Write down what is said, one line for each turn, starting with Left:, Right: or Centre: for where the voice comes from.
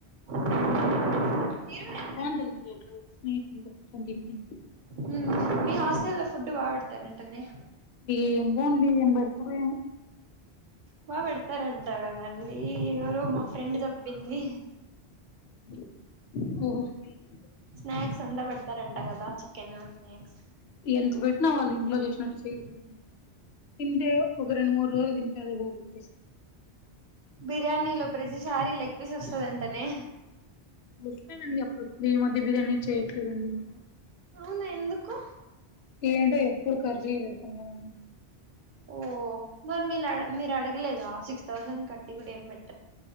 Right: <inaudible> మీరు కూడా ఎన్ని తిన్నా
Left: టుంది ఎట్లో స్నేహితులతో కూర్చొని తింటి
Right: ఊ మీ హాస్టల్ లో ఫుడ్ బా బెడతారంటనే
Left: ఏందో అండి ఏం పెడతారో ఏమో
Right: బా పెడతారంట కదండి ఎవరో మా ఫ్రెండ్ చెప్పింది
Left: <unintelligible>
Right: స్నాక్స్ అంతా పెడతారంట కదా చికెను స్నాక్స్
Left: ఎంత పెట్టినా వాళ్ళు ఇంట్లో చేసినట్టు చేయరు దండి తింటే ఒక రెండు మూడు రోజులు తింటే అదే బోర్ <inaudible>
Right: బిర్యానీలో ప్రతిసారీ లెగ్ పీస్ వస్తాదంటనే
Left: వస్తాదండి అప్పుడప్పుడు ఈ మధ్యలో బిర్యానీ చేయట్లేదండి <inaudible>
Right: అవునా ఎందుకు
Left: ఏంటో ఎప్పుడూ కర్రీ పెడుతున్నారన్
Right: ఓ మరి మీలు అడ మీరు అడగలేదా సిక్స్ థౌసండ్ కట్టి కూడా ఏం పెట్